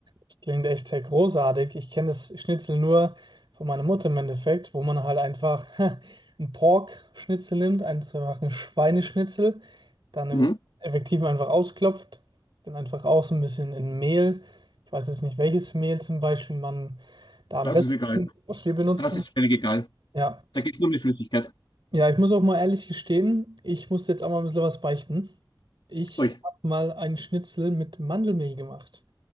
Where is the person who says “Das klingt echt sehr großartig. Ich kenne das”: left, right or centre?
Right